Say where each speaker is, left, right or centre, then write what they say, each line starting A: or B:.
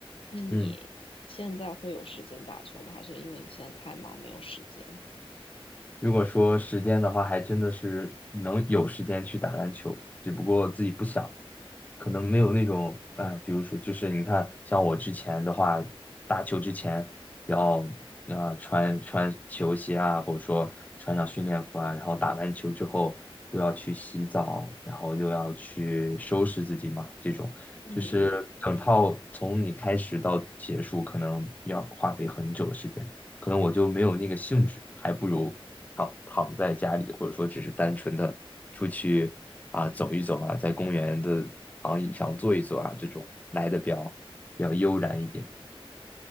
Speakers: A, on the left (about 65°); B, on the left (about 15°).
A: 那你现在会有时间打球吗？
B: 嗯。
A: 还是因为你现在太忙没有时间？
B: 如果说时间的话，还真的是能有时间去打篮球，只不过自己不想，可能没有那种啊、比如说就是你看，像我之前的话，打球之前要啊、呃穿穿球鞋啊，或者说穿上训练服啊，然后打完球之后又要去洗澡，然后又要去收拾自己嘛，这种就是整套从你开始到结束，
A: 嗯嗯
B: 可能要花费很久的时间。可能我就没有那个兴致，还不如躺躺在家里，或者说只是单纯的出去啊走一走啊，在公园的躺椅上坐一坐啊，这种来的比较比较悠然一点。